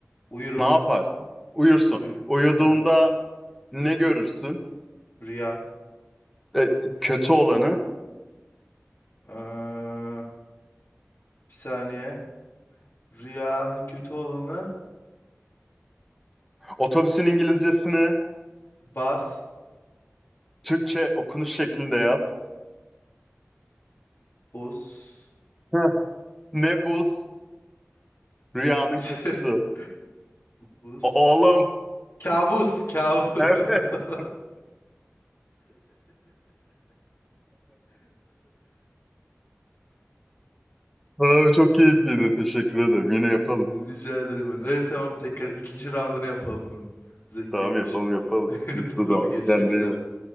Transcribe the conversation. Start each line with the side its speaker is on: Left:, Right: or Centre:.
Left: Uyurum,
Centre: Ne yaparsın? Uyursun.
Left: uyurum.
Centre: Uyuduğunda
Left: Evet.
Centre: ne görürsün?
Left: Rüya.
Centre: E, kötü olanı.
Left: Ee, bir saniye. Rüyanın kötü olanı
Centre: Otobüsün İngilizcesini
Left: bas,
Centre: Türkçe okunuş şeklinde yap.
Left: buz.
Centre: Heh. Ne buz? Rüyanın
Left: <laughs>
Centre: kötüsü.
Left: Buz.
Centre: Oğlum.
Left: Kabus, kabus. <laughs>
Centre: <laughs> Evet. Abi çok keyifliydi. Teşekkür ederim. Yine
Left: Rica
Centre: yapalım.
Left: ederim ben. Evet tamam tekrar ikinci roundunu yapalım bunun. Zevkliymiş.
Centre: Tamam yapalım yapalım.
Left: <laughs>
Centre: Bu
Left: Tamam
Centre: zaman.
Left: görüşmek
Centre: Kendine
Left: üzere.
Centre: iyi bak.